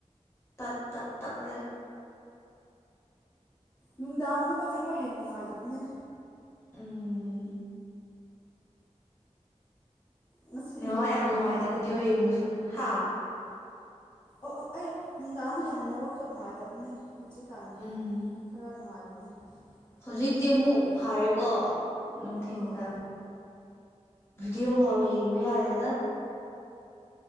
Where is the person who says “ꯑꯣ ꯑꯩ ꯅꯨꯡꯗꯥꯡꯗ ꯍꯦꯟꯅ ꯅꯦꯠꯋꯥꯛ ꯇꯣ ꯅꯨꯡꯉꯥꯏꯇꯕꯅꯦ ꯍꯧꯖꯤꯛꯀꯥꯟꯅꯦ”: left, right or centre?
Left